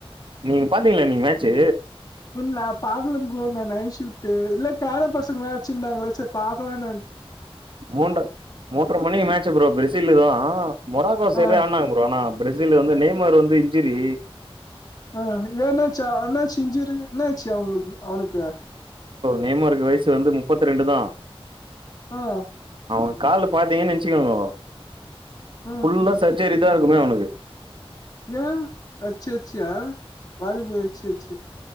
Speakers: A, on the right; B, on the left.
A: நீங்க பாத்தீங்களா நீங்க மேட்சு
B: இல்ல நான் பாக்கலா ப்ரோ நா நைட் ஷிஃப்ட் இல்ல பேர பசங்களா வச்சிருந்தாங்களா செரி பாக்கலா நா
A: மூன்ற மூன்றரை மணிக்கு மேட்சு ப்ரோ பிரேசிலதா மொராக்கோ சைடு
B: ஆ
A: ஆனாங்க ப்ரோ ஆனா பிரேசில் வந்து நெய்மர் வந்து இன்சுரி
B: ஆஹ் என்னாச்சு என்னாச் சிஞ்சிரு என்னாச்சு அவனுக் அவனுக்கு
A: நேமா இருக்கு வயசு வந்து முப்பத்ரெண்டுதா
B: ஆஹ்
A: அவங்க கால பாத்தீங்கன்னு நெனச்சுக்கோங்கோ
B: ஆ
A: ஃபுல்லா ச சரிதா இருக்குமே ஒனக்கு
B: ஏ அச்சச்ச வாலிபோ அச்சச்ச